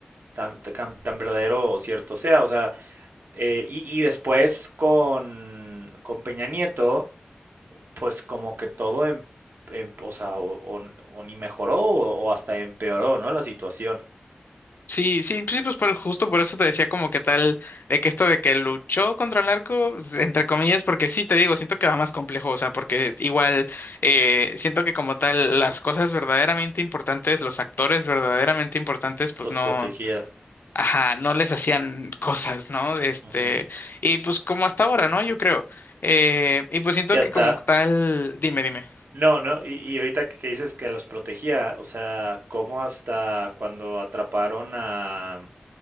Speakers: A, on the right; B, on the left.
A: tan, tan, tan verdadero o cierto sea, o sea. Eh, y, y después con, con Peña Nieto, pues como que todo, em- em- o sea, o, o- o ni mejoró o, o hasta empeoró, ¿no? La situación.
B: Sí, sí, sí, pues por- justo por eso te decía como que tal, de que esto de que luchó contra el narco, entre comillas, porque sí, te digo, siento que va más complejo, o sea, porque igual eh, siento que como tal las cosas verdaderamente importantes, los actores verdaderamente importantes, pues
A: los
B: no,
A: protegía
B: ajá, no les hacían cosas, ¿no? Este,
A: Ujú.
B: y pues como hasta ahora, ¿no? Yo creo. Eh, y pues siento
A: Que hasta,
B: que como tal, dime, dime.
A: no, no, y, y ahorita que, que dices que los protegía, o sea, como hasta cuando atraparon a,